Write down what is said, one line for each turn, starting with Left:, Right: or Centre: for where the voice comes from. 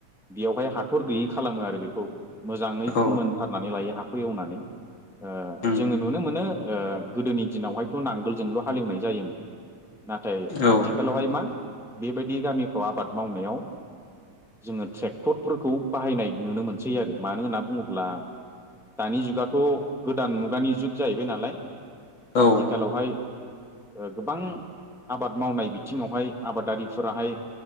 Centre: बेयावहाय हाथर गैयै खालामो आरो बेखौ मोजाङै
Left: औ
Centre: फोमोनथारनानै लायो हाखौ एवनानै ओ
Left: उम
Centre: जोङो नुनो मोनो ओ गोदोनि दिनावहायथ' नांगोलजोंल' हालेवनाय जायोमोन। नाथाय
Left: औ
Centre: आथिखालावहाय
Left: नंगौ
Centre: मा बेबायदि गामिफ्राव आबाद मावनायाव जोङो ट्रेक्टरफोरखौ बाहायनाय नुनो मोनसै आरो मानो होनना बुङोब्ला दानि जुगाथ' गोदान मुगानि जुग जाहैबाय नालाय।
Left: औ
Centre: आथिखालावहाय गोबां आबाद मावनाय बिथिङावहाय आबादारि फोराहाय